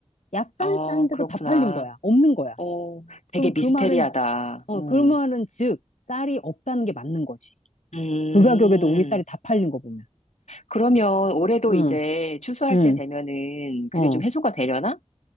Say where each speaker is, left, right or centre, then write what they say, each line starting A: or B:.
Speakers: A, on the left; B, on the left.
A: 약간
B: 어,
A: 싼데도
B: 그렇구나.
A: 다 팔린 거야. 없는 거야.
B: 어,
A: 그럼
B: 되게 미스테리하다.
A: 그 말은, 어,
B: 음.
A: 그 말은 즉, 쌀이 없다는 게 맞는 거지.
B: 음.
A: 그 가격에도 우리 쌀이 다 팔린 거 보면.
B: 그러면 올해도
A: 응,
B: 이제 추수할
A: 응,
B: 때 되면은 그게
A: 어,
B: 좀 해소가 되려나?